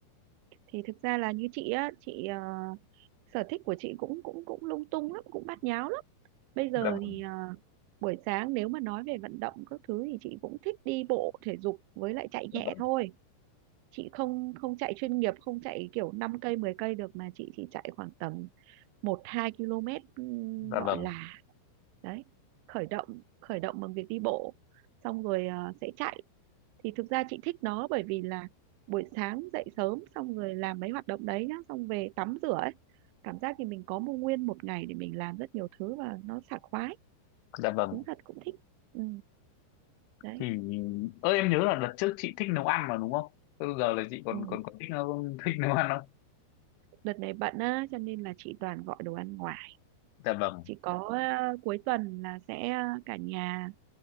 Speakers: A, on the right (about 85°); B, on the left (about 85°).
A: thì thực ra là như chị á chị ờ, sở thích của chị cũng cũng cũng lung tung lắm cũng bát nháo lắm bây giờ
B: dạ vâng
A: thì ờ, buổi sáng nếu mà nói về vận động các thứ thì chị cũng thích đi bộ thể dục với lại chạy
B: dạ
A: nhẹ
B: vâng
A: thôi chị không không chạy chuyên nghiệp không chạy kiểu 5 cây 10 cây được mà chị chỉ chạy khoảng tầm một 2 km ừm,
B: dạ
A: gọi
B: vâng
A: là đấy khởi động khởi động bằng việc đi bộ xong rồi ờ, sẽ chạy thì thực ra chị thích nó bởi vì là buổi sáng dậy sớm xong rồi làm mấy hoạt động đấy nhá xong về tắm rửa ấy cảm giác thì mình có một nguyên một ngày để mình làm rất nhiều thứ và nó sảng khoái
B: dạ vâng
A: đúng thật cũng thích ừ, đấy
B: thì ơ em nhớ là đợt trước chị thích nấu ăn mà đúng không Thế giờ là chị còn
A: ừ.
B: còn còn thích nấu thích nấu ăn không
A: đợt này bận á cho nên là chị toàn gọi đồ ăn ngoài
B: dạ vâng
A: chỉ có ờ, cuối tuần là sẽ ờ, cả nhà